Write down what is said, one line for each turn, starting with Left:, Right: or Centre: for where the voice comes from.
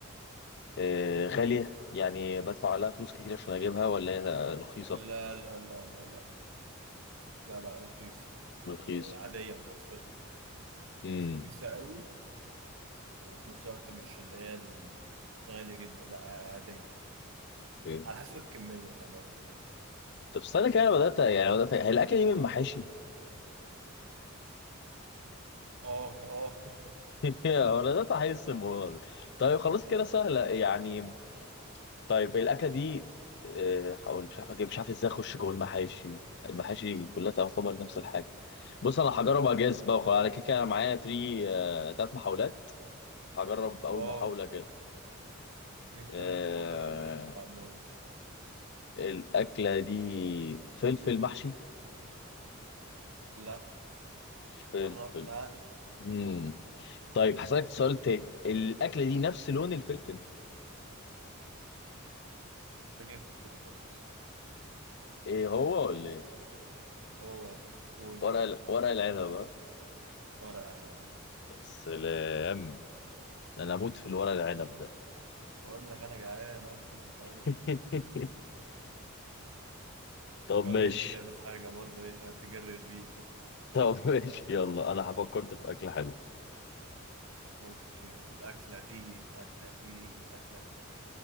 Left: آه غالية يعني بدفع لها فلوس كتير عشان أجيبها ولا هي رخيصة؟
Right: لا لا لا لا لا لا لا رخيص يعني
Left: رخيص
Right: عادية متوسطة
Left: امم
Right: مش رخيصة قوي وفي نفس الوقت مش اللي هي الغالية جدا لا عادية
Left: اوكي
Right: على حسب الكمية كمان يعني
Left: طب استنى كده أنا بدأت يعني بدأت هي الأكلة دي من محاشي؟
Right: اه اه <laughs>
Left: <laughs> أنا بدأت أحس الموضوع ده طيب خلاص كده سهلة يعني طيب الأكلة دي آه، هقول مش عارف أجيب مش عارف إزاي أخش جوه المحاشي المحاشي كلها تعتبر نفس الحاجة بص انا هجرب اجاز بقى وخلاص انا كده كده انا معايا 3 تلات محاولات هجرب اول
Right: اه
Left: محاوله كده
Right: ليك
Left: آه...
Right: ثلاث محاولات يا باشا ما تعديهمش
Left: الاكله دي فلفل محشي
Right: لا
Left: فلفل
Right: قربت ها
Left: مم. طيب هسألك سؤال تاني الاكله دي نفس لون الفلفل
Right: انت جبته كده خلاص
Left: ايه هو ولا ايه
Right: هو يا باشا قول
Left: ورق ال... ورق العنب ها؟
Right: ورقة عنب
Left: يا سلام انا اموت في الورق العنب ده
Right: اقول لك انا جعان اصلا فاهم
Left: <laughs> طب
Right: قول
Left: ماشي
Right: لي انت كده في حاجة برضه ايه فاهم تجري الريق كده
Left: طب ماشي يلا انا فكرت في اكله حلوه
Right: اوكي الاكلة دي الاكلة دي الاكلة دي